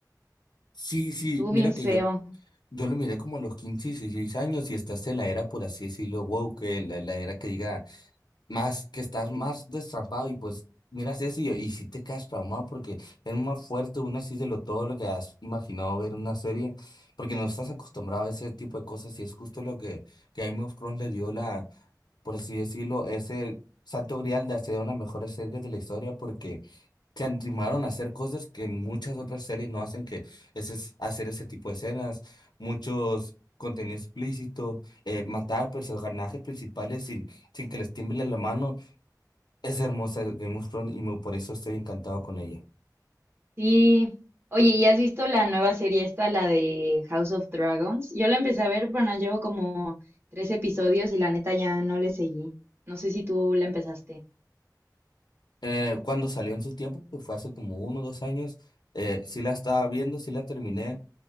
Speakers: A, on the left; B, on the right.
A: Sí, sí,
B: estuvo
A: mira
B: bien
A: que
B: feo.
A: yo, yo lo miré como a los 15 16 años y estás en la era, por así decirlo, wow, que la, la era que diga más que estás más destrampado y pues miras eso y, y sí te quedas traumado porque es más fuerte una así de lo todo lo que has imaginado ver en una serie porque no estás acostumbrado a ese tipo de cosas y es justo lo que, que a Game of Thrones le dio la, por así decirlo, ese santo grial de hacer una mejor serie de la historia porque se animaron a hacer cosas que muchas otras series no hacen que ese, es hacer ese tipo de escenas, muchos contenido explícito, eh, matar a personajes principales sin, sin que les tiemble la mano es hermosa Game of Thrones y me- por eso estoy encantado con ella.
B: Sí. Oye, ¿y has visto la nueva serie esta, la de House of Dragons? Yo la empecé a ver, pero no llevo como tres episodios y la neta ya no le seguí. No sé si tú la empezaste.
A: Eh, cuando salió en su tiempo, pues fue hace como uno o dos años, eh, sí la estaba viendo, sí la terminé.